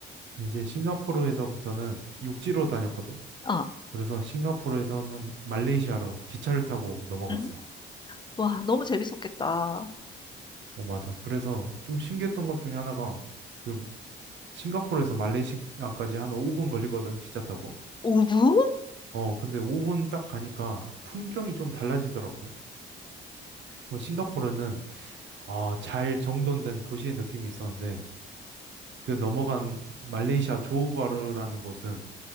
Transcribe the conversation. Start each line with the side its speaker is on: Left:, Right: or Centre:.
Right: 이제 싱가포르에서부터는 육지로 다녔거든.
Left: 어,
Right: 그래서 싱가포르에서는 말레이시아로 기차를 타고 넘어갔어.
Left: 응? 와, 너무 재밌었겠다.
Right: 어, 맞아. 그래서 좀 신기했던 것 중에 하나가 그 싱가포르에서 말레이시아까지 한 5분 걸리거든, 기차 타고.
Left: 5분?
Right: 어, 근데 5분 딱 가니까 풍경이 좀 달라지더라고. 뭐 싱가포르는 아, 잘 정돈된 도시의 느낌이 있었는데 그 넘어간 말레이시아 조호바르라는 곳은